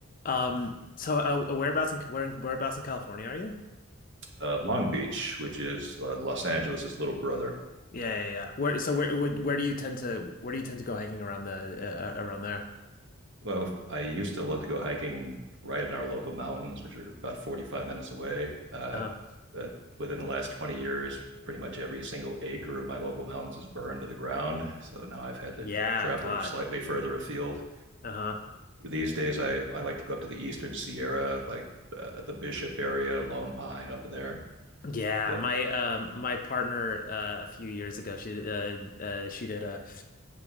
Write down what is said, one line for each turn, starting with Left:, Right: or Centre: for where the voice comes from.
Left: Um, so uh, whereabouts in where in- whereabouts in California are you?
Right: uh, Long Beach, which is uh, Los Angeles' little brother.
Left: Yeah, yeah, yeah. Where so where where, where do you tend to where do you tend to go hiking around the uh, uh, around there?
Right: Well, I used to love to go hiking right in our local mountains, which are about 45 minutes away. Uh,
Left: Uh-huh.
Right: uh, within the last 20 years, pretty much every single acre of my local mountains is burned to the ground. So now I've had
Left: Yeah,
Right: to travel
Left: God.
Right: slightly further afield.
Left: Uh-huh.
Right: These days, I, I like to go up to the Eastern Sierra, like uh, the Bishop area, Lone Pine up in there.
Left: Yeah,
Right: Yeah,
Left: my um my partner uh a few years ago she uh, uh she did a